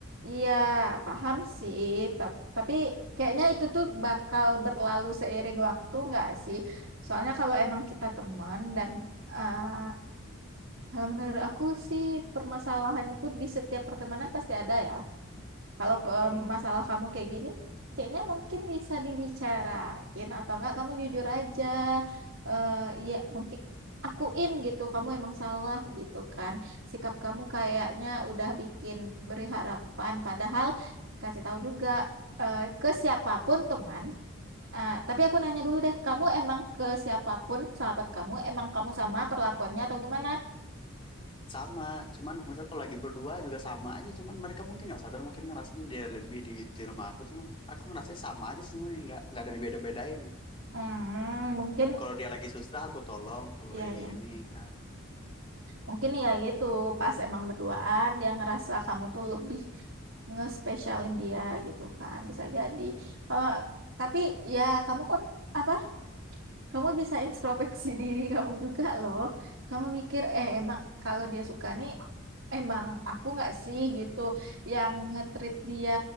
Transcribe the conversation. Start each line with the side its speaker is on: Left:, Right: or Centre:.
Right: iya, paham sih. Tap- Tapi kayaknya itu tuh bakal berlalu seiring waktu nggak sih? Soalnya kalau emang kita teman dan ah, kalau menurut aku sih permasalahan itu di setiap pertemanan pasti ada ya. Kalau em,
Left: Iya.
Right: masalah kamu kayak gini, kayaknya mungkin bisa dibicarain atau enggak kamu jujur aja. Eh ya mungkin akuin gitu, kamu emang salah gitu kan. Sikap kamu kayaknya udah bikin beri harapan, padahal kasih tahu juga eh, ke siapapun teman. Eh, tapi aku nanya dulu deh, kamu emang ke siapapun sahabat kamu, emang kamu sama perlakuannya atau gimana?
Left: sama cuman misal kalau lagi berdua juga sama aja cuman mereka mungkin nggak sadar mungkin ngerasanya dia lebih digituin sama aku cuman aku ngerasanya sama aja semuanya nggak nggak ada dibeda-bedain ya
Right: Hmm, mungkin
Left: Kalau- dia lagi susah aku tolong kalau
Right: ya
Left: lagi
Right: ya.
Left: ini kan
Right: Mungkin ya gitu, pas emang berduaan dia ngerasa kamu tuh lebih ngespesialin dia gitu kan. Bisa jadi. Kalau tapi ya kamu kan apa? Kamu bisa introspeksi <laughs> diri kamu juga loh. Kamu mikir eh emang kalau dia suka nih emang aku nggak sih gitu yang nge-treat dia